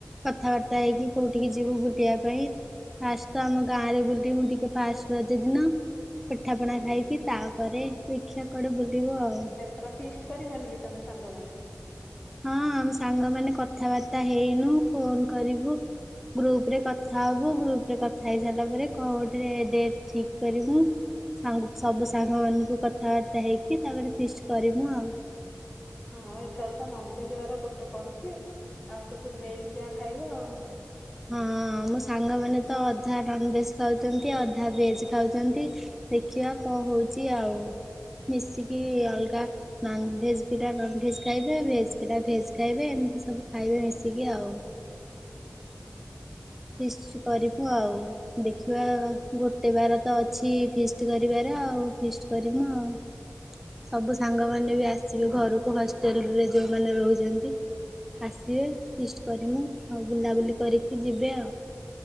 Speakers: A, in the centre; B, on the left.
A: କଥାବାର୍ତ୍ତା ହେଇକି କୋଉଠିକି ଯିବୁ ବୁଲିବା ପାଇଁ। ଫାଷ୍ଟ ତ ଆମ ଗାଁ ରେ ବୁଲିବି ମୁଁ ଟିକେ ଫାଷ୍ଟ ରଜଦିନ। ପିଠା ପଣା
B: ହଁ
A: ଖାଇକି ତାପରେ ଦେଖିଆ କୁଆଡେ ବୁଲିବୁ ଆଉ।
B: ଏଥର ଫିଷ୍ଟ କରିବନି କି ତମେ ସାଙ୍ଗମାନେ?
A: ହଁ ଆମ ସାଙ୍ଗମାନେ କଥାବାର୍ତ୍ତା ହେଇନୁ ଫୋନ କରିବୁ। ଗ୍ରୁପ୍ ରେ କଥା ହବୁ ଗ୍ରୁପରେ କଥା ହେଇ ସାରିଲା ପରେ କୋଉ ଡେଟ୍ ଠିକ୍ କରିବୁ,? ସାଙ୍ଗ ସବୁ ସାଙ୍ଗ ମାନଙ୍କୁ କଥାବାର୍ତ୍ତା ହେଇକି ତାପରେ ଫିଷ୍ଟ କରିମୁ ଆଉ।
B: ହଁ ଏଥର ତ ନନଭେଜ ବାର ଗୋଟେ ପଡୁଚି, ଆଉ ସବୁ ଭେଜ୍ ଯାହା ଖାଇବ ଆଉ।
A: ହଁ ମୋ ସାଙ୍ଗମାନେ ତ ଅଧା ନନ୍ ଭେଜ୍ ଖାଉଚନ୍ତି ଅଧା ଭେଜ୍ ଖାଉଚନ୍ତି। ଦେଖିବା କଣ ହଉଚି ଆଉ ମିଶିକି ଅଲଗା ନନ୍ ଭେଜ୍ ପିଲା ନନ୍ ଭେଜ୍ ଖାଇବେ ଭେଜ୍ ପିଲା ଭେଜ୍ ଖାଇବେ, ଏମିତି ସବୁ ଖାଇବେ ମିଶିକି ଆଉ। ଫିଷ୍ଟ କରିବୁ ଆଉ, ଦେଖିବା ଗୋଟେ ବାର ତ ଅଛି ଫିଷ୍ଟ କରିବାର ଆଉ। ଫିଷ୍ଟ କରିମୁ ଆଉ। ସବୁ ସାଙ୍ଗମାନେ ବି ଆସିବେ ଘରକୁ ହଷ୍ଟେଲରେ ଯୋଉମାନେ ରହୁଚନ୍ତି। ଆସିବେ ଫିଷ୍ଟ କରିମୁୁ ଆଉ ବୁଲାବୁଲି କରିକି ଯିବେ ଆଉ।